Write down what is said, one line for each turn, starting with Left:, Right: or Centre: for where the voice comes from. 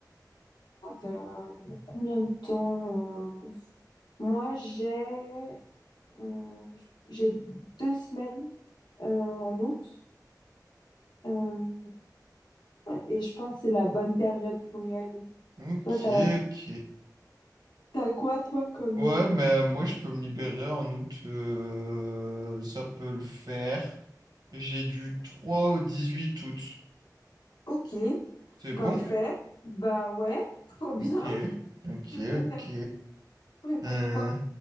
Left: Euh, combien de temps? euh, Moi, j'ai euh, j'ai deux semaines euh, en août euh, ouais, et je pense que c'est la bonne période pour y aller.
Right: Ok,
Left: Toi, t'as
Right: ok.
Left: t'as quoi toi comme
Right: Ouais,
Left: euh,
Right: bah moi je peux me libérer en août. euh, Ça peut le faire. J'ai du 3 au dix-huit août.
Left: Ok,
Right: C'est bon?
Left: parfait. Bah ouais, <laughs> trop bien.
Right: Ok, ok,
Left: Tu préfères,
Right: ok.
Left: préfères
Right: Euh,
Left: quoi?